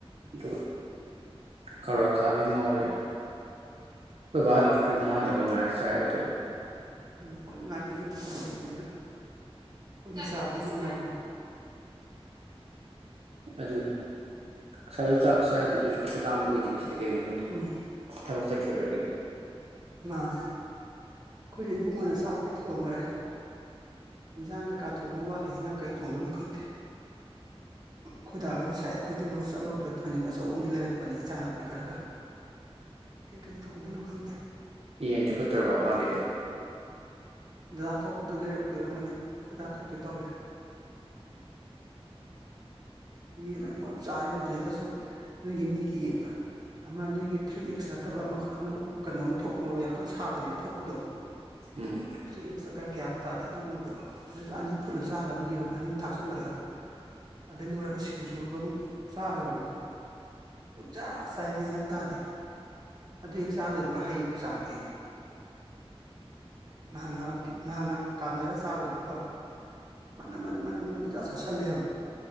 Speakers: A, on the right (about 75°); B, on the right (about 40°).
A: ꯑꯗꯨꯒ ꯀꯥꯔꯣꯠ ꯑꯈꯥꯕꯤ ꯑꯃ ꯉꯧꯔꯦ ꯑꯩꯈꯣꯏ ꯕꯥ ꯍꯜꯂꯛꯇ꯭ꯔꯤꯕ ꯃꯥ ꯍꯜꯂꯛꯄ ꯉꯥꯏꯔ ꯆꯥꯔꯒꯦ ꯇꯧꯕ
B: ꯎꯝ ꯍꯣꯏ ꯉꯥꯏꯕꯤꯔꯝꯑꯣ ꯉꯥꯏꯕꯤꯕꯅꯤꯗ <unintelligible> ꯄꯨꯟꯅ ꯆꯥꯕꯅ ꯅꯨꯡꯉꯥꯏꯕꯅꯤ
A: ꯑꯗꯨꯅꯦ ꯉꯁꯥꯏꯁꯨ ꯆꯥꯛ ꯆꯥꯗꯦ ꯑꯗꯨꯁꯨ ꯀꯩꯁꯨ ꯂꯥꯝꯕ ꯑꯣꯏꯗꯦ ꯉꯁꯤ ꯀꯩꯀꯩꯅꯣ ꯈꯪꯗꯦ
B: ꯎꯝ
A: ꯊꯕꯛ ꯆꯠꯈꯤꯕꯩꯔ ꯀꯩꯅꯣ
B: ꯃꯥꯅꯦ ꯈꯣꯏꯖꯨ ꯏꯕꯨꯡꯉꯣꯅ ꯆꯥꯛꯇꯤ ꯊꯣꯡꯒꯔꯦ ꯏꯟꯖꯥꯡ ꯀꯩꯀꯥ ꯊꯣꯡꯗꯧ ꯋꯥꯠꯂꯤ ꯍꯟꯖꯥꯡ ꯀꯩ ꯊꯣꯡꯗꯣꯏꯅꯣ ꯈꯪꯗꯦ ꯑꯈꯣꯏꯗꯥꯒ ꯉꯁꯥꯏ ꯑꯩꯈꯣꯏ ꯏꯇꯩꯃꯒ ꯆꯠꯂꯨꯕꯗ ꯊꯥꯡꯖꯤꯡ ꯑꯆꯧꯕ ꯑꯃꯗꯤ ꯂꯩꯔꯛꯄꯅꯤ ꯏꯟꯖꯥꯡ ꯅꯥꯄꯤ ꯈꯔꯒ ꯀꯩꯀꯩ ꯊꯣꯡꯗꯣꯏꯅꯣ ꯈꯪꯗꯦ
A: ꯌꯦꯟꯗꯤ ꯐꯨꯠꯇ꯭ꯔꯥꯕ ꯃꯥꯒꯤꯗꯤ
B: ꯗꯥꯗꯥ ꯊꯣꯛꯄꯗꯨ ꯂꯩꯔꯛꯇꯣꯏ ꯑꯣꯏꯔꯝꯒꯅꯤ ꯑꯈꯣꯏꯗꯥ ꯊꯣꯛꯇꯣꯏ ꯇꯧꯔꯤ ꯌꯦꯟ ꯑꯗꯨ ꯆꯥꯏꯁꯦ ꯍꯧꯖꯤꯛꯇꯁꯨ ꯅꯣꯏꯒꯤ ꯃꯤꯒꯤ ꯑꯃ ꯅꯣꯏꯒꯤ ꯊ꯭ꯔꯤ ꯑꯦꯛꯁ ꯅꯠꯇꯕ ꯑꯃ ꯑꯅꯧꯕ ꯀꯩꯅꯣ ꯑꯃ ꯊꯣꯛꯄꯔꯣ ꯌꯥꯝ ꯀꯟ ꯁꯥꯗꯗꯤ ꯑꯃ ꯊꯣꯛꯄꯗꯣ
A: ꯎꯝ
B: ꯊ꯭ꯔꯤ ꯑꯦꯛꯁꯇ ꯀꯥꯏ ꯒ꯭ꯌꯥꯟ ꯇꯥꯗꯦ ꯑꯗꯨꯒꯨꯝꯕꯗꯣ ꯍꯧꯖꯤꯛꯇ ꯑꯅꯤ ꯐꯨꯠꯂ ꯆꯥꯒꯔꯕꯅꯤ ꯌꯦꯔꯨꯝ ꯑꯅꯤ ꯊꯥꯛꯆꯜꯂꯒ ꯑꯗꯩ ꯂꯣꯏꯒ ꯁꯤꯡꯖꯨꯒ ꯑꯃꯨꯛ ꯆꯥꯒꯔꯕꯅꯤ ꯄꯨꯛ ꯆꯥ ꯆꯥꯏ ꯃꯦꯟ ꯑꯃ ꯇꯥꯗꯦ ꯑꯗꯨ ꯍꯦꯛ ꯆꯥ ꯂꯣꯏꯕꯒ ꯍꯩ ꯑꯃꯨꯛ ꯆꯥꯒꯦ ꯌꯦ ꯉꯍꯥꯛ ꯉꯥꯍꯥꯛ ꯉꯥꯍꯥꯛ ꯉꯥꯍꯥꯛ ꯀꯥꯟꯅꯔꯒ ꯆꯥꯕ ꯑꯣꯏꯗꯤ ꯐꯕ ꯃꯅꯝ ꯃꯅꯝ ꯃꯅꯝ ꯃꯅꯝ ꯄꯨꯡꯆꯥꯥ ꯆꯥꯥꯁꯜꯂꯦ ꯍꯥꯏꯕ